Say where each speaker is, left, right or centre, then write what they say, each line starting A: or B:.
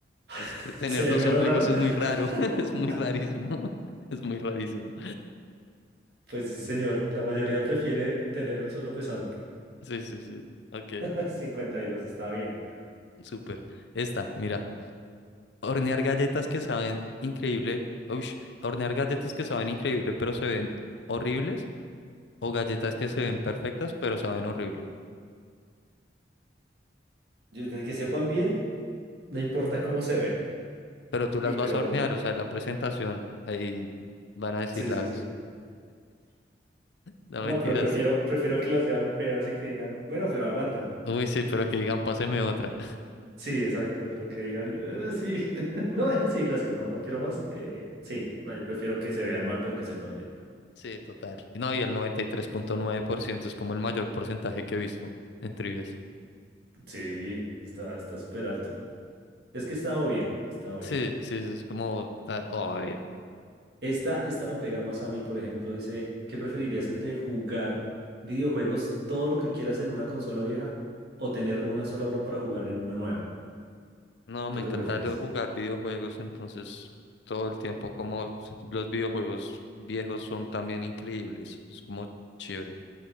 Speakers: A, on the right (about 60°); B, on the left (about 75°).
A: <laughs>
B: es que tener
A: ¿Se ve
B: dos
A: menos
B: ombligos
A: raro?
B: es
A: <laughs>
B: muy raro, <laughs> es muy rarísimo, <laughs> es muy rarísimo.
A: Pues sí, señor. La mayoría prefiere tener un solo pezón.
B: Sí, sí, sí, ok,
A: <laughs> cincuenta y dos está bien.
B: súper. Esta, mira, hornear galletas que saben increíble, uy, hornear galletas que saben increíble pero se ven horribles o galletas que se ven perfectas pero saben horrible.
A: Yo- Desde que sepan bien, no importa cómo se vea.
B: Pero tú
A: Uy,
B: las
A: pero
B: vas a hornear, o sea, en la presentación, ahí van a decir
A: sí,
B: las,
A: sí, sí.
B: no
A: No,
B: mentiras.
A: pero prefiero, prefiero que las vean feas y que digan, bueno, pero aguantan.
B: Uy, sí, pero que digan, páseme otra. <laughs>
A: Sí, exacto, pero que digan, "Eh, sí, <laughs> no, eh, sí, gracias, no, no quiero más. Eh, sí, no, yo prefiero que se vean mal, pero que sepan bien.
B: Sí, total. No, y el noventa y tres punto nueve por ciento es como el mayor porcentaje que he visto en trivias.
A: Sí, está, está súper alto. Es que está obvia, está obvia.
B: Sí, sí, sí, es como ah, obvio.
A: Esta, esta me pega más a mí, por ejemplo, dice, ¿qué preferirías entre jugar videojuegos todo lo que quieras en una consola vieja o tener una sola hora para jugar en una nueva?
B: No, me
A: ¿Tú
B: encanta
A: qué prefieres?
B: lo- jugar videojuegos, entonces todo el tiempo como s- los videojuegos viejos son también increíbles. Es como chévere.